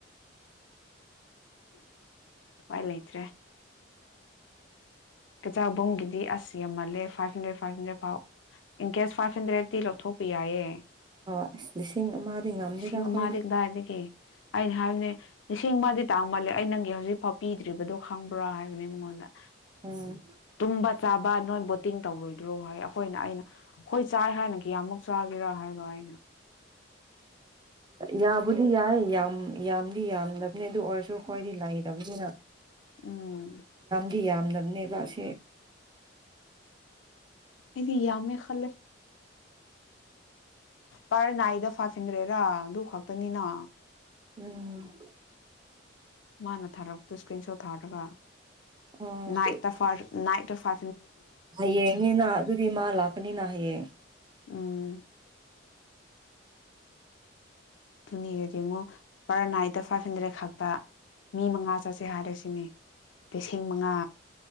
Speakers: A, on the left (about 70°); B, on the right (about 20°).
A: ꯋꯥꯏꯂꯥꯏꯇ꯭ꯔꯦ ꯀꯩꯆꯥꯛꯕꯨꯝꯒꯤꯗꯤ ꯑꯁ ꯌꯥꯝꯃꯜꯂꯦ ꯐꯥꯏꯚ ꯍꯟꯗ꯭ꯔꯦꯗ ꯐꯥꯏꯚ ꯍꯟꯗ꯭ꯔꯦꯠ ꯐꯥꯎ ꯏꯟ ꯀꯦꯁ ꯐꯥꯏꯚ ꯍꯟꯗ꯭ꯔꯦꯠꯇꯤ ꯂꯧꯊꯣꯛꯄ ꯌꯥꯏꯌꯦ
B: ꯑ ꯑꯁ ꯂꯤꯁꯤꯡ ꯑꯃꯗꯤ ꯉꯝꯗꯣꯏꯕ
A: ꯂꯤꯁꯤꯡ
B: ꯑꯩꯈꯣꯏꯗꯤ
A: ꯑꯃꯗꯤ ꯀꯗꯥꯏꯗꯒꯤ ꯑꯩꯅ ꯍꯥꯏꯕꯅꯦ ꯂꯤꯁꯤꯡ ꯃꯥꯗꯤ ꯇꯥꯡ ꯃꯥꯜꯂꯦ ꯑꯩ ꯅꯪꯒꯤ ꯍꯧꯖꯤꯛꯐꯥꯎ ꯄꯤꯗ꯭ꯔꯤꯕꯗꯣ ꯈꯪꯕ꯭ꯔꯥ ꯍꯥꯏꯕꯅꯤ ꯃꯉꯣꯟꯗ
B: ꯎꯝ
A: ꯇꯨꯝꯕ ꯆꯥꯕ ꯅꯣꯏ ꯕꯣꯠꯇꯤꯡ ꯇꯧꯔꯣꯏꯗ꯭ꯔꯣ ꯍꯥꯏ ꯑꯩꯈꯣꯏꯅ ꯑꯩꯅ ꯑꯩꯈꯣꯏ ꯆꯥ ꯍꯥꯏꯅ ꯀꯌꯥꯃꯨꯛ ꯆꯥꯒꯦꯔꯥ ꯍꯥꯏꯗꯣ ꯑꯩꯅ
B: ꯌꯥꯕꯨꯗꯤ ꯌꯥꯏ ꯌꯥꯝ ꯌꯥꯝ ꯗꯤ ꯌꯥꯝꯗꯕꯅꯤ ꯑꯗꯨ ꯑꯣꯏꯔꯁꯨ ꯑꯩꯈꯣꯏꯗꯤ ꯂꯩꯇꯕꯅꯤꯅ
A: ꯎꯝ
B: ꯤ ꯌꯥꯝꯗꯕꯅꯦꯕꯁꯦ
A: ꯑꯗꯤ ꯌꯥꯃꯦ ꯈꯂꯦ ꯄ ꯅꯅꯥꯏꯗ ꯐꯥꯏꯚ ꯍꯤꯟꯗ꯭ꯔꯦꯔꯥ ꯑꯗꯨ ꯈꯛꯇꯅꯤꯅ
B: ꯎꯝ
A: ꯃꯥꯅ ꯊꯥꯔꯛ ꯇ ꯁ꯭ꯀ꯭ꯔꯤꯟ ꯁꯣꯠ ꯊꯥꯔ ꯇꯀ
B: ꯑꯣ
A: ꯅꯥꯏ ꯇꯐꯔ ꯅꯥ ꯇ ꯐ
B: ꯍꯌꯦꯡꯅꯤꯅ ꯑꯗꯨꯗꯤ ꯃꯥ ꯂꯥꯛꯀꯅꯤꯅ ꯍꯌꯦꯡ
A: ꯎꯝ ꯑꯗꯨꯨꯅꯦꯒ ꯌꯦꯡꯉꯣ ꯄꯔ ꯅꯥꯏꯠꯇ ꯐꯥꯏꯚ ꯍꯟꯗ꯭ꯔꯦꯠ ꯈꯛꯇ ꯃꯤ ꯃꯉꯥ ꯆꯠꯁꯦ ꯍꯥꯏꯔꯁꯤꯅꯦ <unintelligible> ꯃꯤ ꯃꯉꯥ